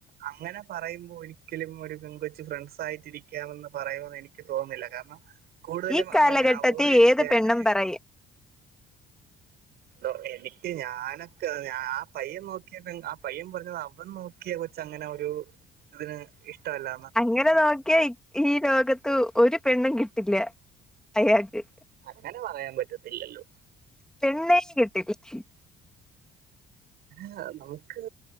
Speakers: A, on the right (about 70°); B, in the centre.
A: അങ്ങന പറയുമ്പോ ഒരിക്കലും ഒരു പെങ്കൊച്ച് ഫ്രണ്ട്സായിയിട്ടിരിക്കാമെന്ന് പറയോന്ന് എനി ക്ക് തോന്നുന്നില്ല കാരണം കൂടുതലും
B: ഈ കാലഘട്ടത്തി
A: അവനെ അവോയ്ഡ്
B: ഏത്
A: ചെയ്യാനാണ്
B: പെണ്ണും പറയും
A: ദൊ എനിക്ക് ഞാനൊക്ക ഞാ ആ പയ്യൻ നോക്കിയ പെൺ ആ പയ്യൻ പറഞ്ഞത് അവൻ നോ ക്കിയെ കൊച്ച് അങ്ങനെ ഒരു ഇതിന് ഇഷ്ടല്ല.
B: അങ്ങനെ നോക്കിയാ ഈ ലോകത്ത് ഒരു പെണ്ണും കിട്ടില്ല അയാക്ക്
A: അങ്ങനെ പറയാൻ പറ്റത്തില്ലല്ലോ.
B: പെണ്ണേഷ് കിട്ടീ <inaudible>
A: ഹാ നമുക്ക്